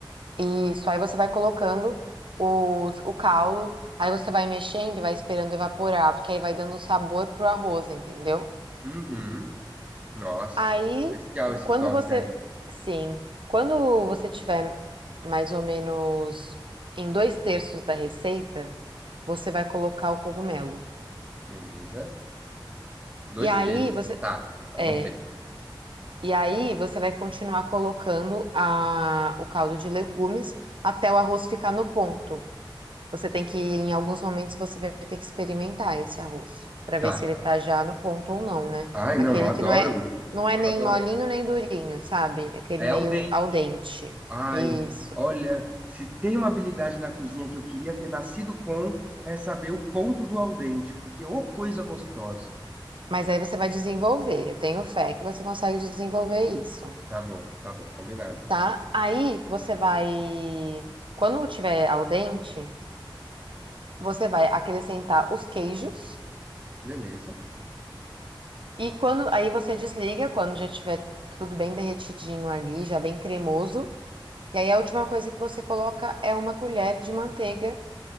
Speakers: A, on the right (about 70°); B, on the right (about 15°).
A: Isso. Aí você vai colocando os, o caldo, aí você vai mexendo e vai esperando evaporar, porque aí vai dando sabor pro arroz, entendeu?
B: Uhum. Nossa,
A: Aí,
B: especial esse
A: quando
B: toque
A: você.
B: aí.
A: Sim. Quando você tiver mais ou menos em dois terços da receita, você vai colocar o cogumelo.
B: Beleza. Dois
A: E aí
B: textos
A: você.
B: Tá, anotei.
A: É. E aí você vai continuar colocando a, o caldo de legumes até o arroz ficar no ponto. Você tem que, em alguns momentos, você vai ter que experimentar esse arroz para
B: Tá.
A: ver se ele tá já no ponto ou não, né?
B: Ai,
A: Aquele
B: não, eu adoro.
A: que não é, não é
B: Eu
A: nem
B: adoro
A: molinho
B: isso também.
A: nem durinho, sabe? É Aquele
B: É
A: meio
B: ao dente.
A: al dente.
B: Ai,
A: Isso.
B: olha, se tem uma habilidade na cozinha que eu queria ter nascido com, é saber o ponto do al dente, porque ô coisa gostosa.
A: Mas aí você vai desenvolver. Eu tenho fé que você consegue desenvolver isso,
B: Tá bom, tá bom, combinado então.
A: tá? Aí você vai, quando tiver al dente, você vai acrescentar os queijos
B: Beleza.
A: e quando aí você desliga quando já tiver tudo bem derretidinho ali, já bem cremoso. E aí a última coisa que você coloca é uma colher de manteiga